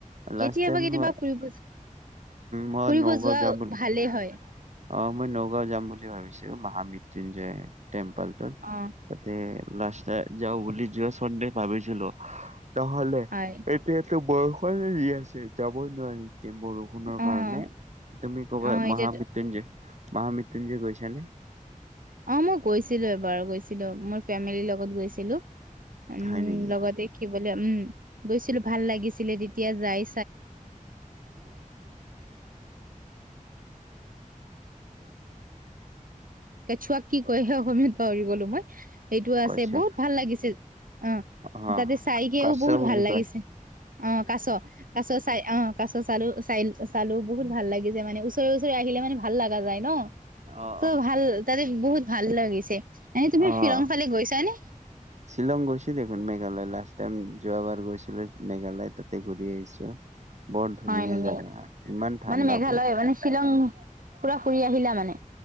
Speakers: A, on the right (about 55°); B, on the right (about 80°).
A: অঁ
B: কেতিয়াবা
A: লাষ্ট টাইম
B: কেতিয়াবা
A: মই,
B: ফুৰিব
A: মই
B: ফুৰিব
A: নৌ
B: যোৱা
A: ঘৰত যাম বুলি
B: ভালেই হয়।
A: অঁ মই ন'গাঁও জাম বুলি ভাবিছোঁ মহামিত। দিনযায় তেমপাল টোত
B: অ',
A: তাতে, লাষ্ট ইয়েৰ, যাও বুলি যোৱা চনতে ভাবিছিলো। নহ'লে
B: হয়
A: এতিয়া, বৰষুণে দি আছে। যাবই নোৱাৰি, এতিয়া বৰষুণৰ
B: অ',
A: কাৰণে। তুমি কবা
B: অ', এতিয়াতো
A: মহামিত। যে মহা মৃতুঞ্জয় গৈছ নে?
B: অ মই গৈছিলো এবাৰ গৈছিলো মোৰ ফেমিলিৰ লগত গৈছিলো। উম
A: হয় নেকি?
B: লগতে খি বোলে উম গৈছিলো ভাল লাগিছিলে তেতিয়া যায় কেঁচুৱাক কি কয় অসমীয়াত পাহৰি গলোঁ মই। সেইটো
A: কশ্যপ
B: আছে বহুত ভাল লাগিছে অঁ
A: অ'
B: তাতে চাইগে
A: কাছ
B: বহুত
A: বুলি
B: ভাল লগিছে
A: কয়
B: কাছ অঁ কাছ। কাছ চাৰ চাই। চালো বহুত ভাল লাগিছে মানে ওচৰে ওচৰে আহিলে মানে ভাল লগে।
A: অ'
B: বহুত ভাল লাগিছে।
A: অহ
B: শ্বিলং ফালে গৈছা নে
A: ছিলং গৈছলোঁ মেঘালয় লাষ্ট টাইম যোৱাবাৰ গৈছোঁ মেঘালয় তাতে। ঘূৰি আহিছো। বৰ ধুনীয়া
B: হয় নেকি
A: জাগা ইমান ঠাণ্ডা।
B: মানে মেঘালয় মানে শ্বিলং পুৰা ফুৰি আহিলা মানে।